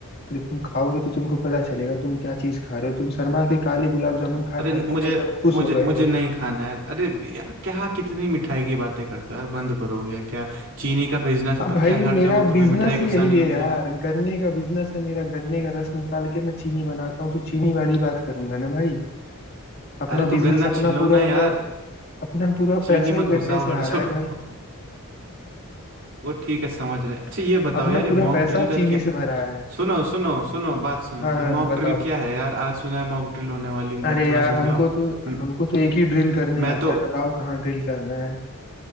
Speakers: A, on the left; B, on the right.
A: जब तुम खाओगे तो तुमको पता चलेगा तुम क्या चीज खा रहे हो तुम शर्मा के काले गुलाब जामुन खा
B: अरे
A: खा
B: मुझे
A: के ना एकदम खुश
B: मुझे
A: हो गए
B: मुझे
A: हो
B: नहीं खाना है यार अरे यार क्या कितनी मिठाई की बातें करते हो यार बंद करो ये क्या चीनी का बिजनेस है
A: अब
B: तो
A: भाई
B: क्या हर
A: मेरा
B: जगह तुम्हें
A: बिजनेस
B: मिठाई घुसानी
A: ही यही
B: होती
A: है यार
B: है
A: गन्ने का बिजनेस है मेरा गन्ने का रस निकाल के मैं चीनी बनाता हूँ तो चीनी वाली बात करूंगा ना भाई अपना
B: अरे तो
A: बिजनेस
B: गन्ना
A: अपना
B: छिलो
A: पूरा
B: ना यार
A: मैं अपना पूरा
B: चीनी
A: पैसा ही
B: मत
A: गन्ने
B: घुसाओ
A: से आ
B: हर
A: रहा
B: जगह
A: है भाई
B: <laughs> वो ठीक है समझ रहे हैं अच्छा ये बताओ
A: अपना
B: यार ये
A: पूरा
B: मॉक
A: पैसा
B: ड्रिल का
A: चीनी
B: क्या
A: से भरा है
B: सुनो सुनो सुनो बात सुनो
A: हाँ
B: ये
A: हाँ
B: मॉक
A: बताओ
B: ड्रिल
A: भाई।
B: क्या है यार आज सुना है मॉक ड्रिल होने वाली मुझे
A: अरे
B: थोड़ा
A: यार
B: समझाओ
A: हमको तो
B: म-
A: हमको तो एक ही ड्रिल करने
B: मैं
A: आता
B: तो
A: है बताओ कहाँ ड्रिल करना है